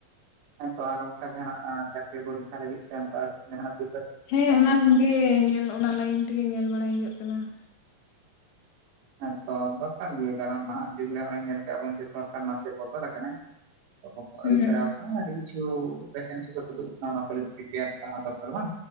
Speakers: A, on the right (about 80°); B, on the left (about 80°).
A: ᱦᱮᱸ ᱛᱚ ᱟᱨ ᱚᱱᱠᱟ ᱡᱟᱦᱟᱱᱟᱜ ᱪᱟᱠᱨᱤ ᱯᱚᱨᱤᱠᱠᱷᱟ ᱞᱟᱹᱜᱤᱫ ᱥᱮ ᱚᱱᱠᱟ ᱡᱟᱦᱟᱱᱟᱜ ᱯᱤ
B: ᱦᱮᱸ ᱚᱱᱟ ᱠᱚᱜᱮ ᱧᱮᱞ ᱚᱱᱟ ᱞᱟᱭᱤᱱ ᱛᱮᱜᱮ ᱧᱮᱞ ᱵᱟᱲᱟᱭ ᱦᱩᱭᱩᱜ ᱠᱟᱱᱟ ᱾
A: ᱦᱮᱸ ᱛᱚ ᱫᱚᱨᱠᱟᱨ ᱜᱮ ᱠᱟᱨᱚᱱ ᱱᱟᱦᱟᱜ ᱡᱩᱜᱽᱨᱮ ᱦᱚᱜ-ᱚᱭ ᱧᱮᱞ ᱠᱟᱜ-ᱟ ᱵᱚᱱ ᱡᱮ ᱥᱚᱨᱠᱟᱨ ᱱᱟᱥᱮ ᱵᱚᱫᱚᱞ ᱟᱠᱟᱱᱟᱭ᱾ ᱟᱹᱨᱩ
B: ᱦᱩᱸ
A: ᱯᱷᱮᱨᱟᱣ ᱟᱠᱟᱱᱟ ᱟᱹᱰᱤ ᱠᱤᱪᱷᱩ ᱵᱷᱮᱠᱮᱱᱥᱤ ᱠᱚ ᱛᱩᱫᱩᱜ ᱠᱟᱱᱟ ᱚᱱᱟ ᱠᱚ ᱞᱟᱹᱜᱤᱫ ᱯᱨᱤᱯᱮᱭᱟᱨ ᱛᱟᱦᱮᱸ ᱫᱚᱨᱠᱟᱨ ᱵᱟᱝ?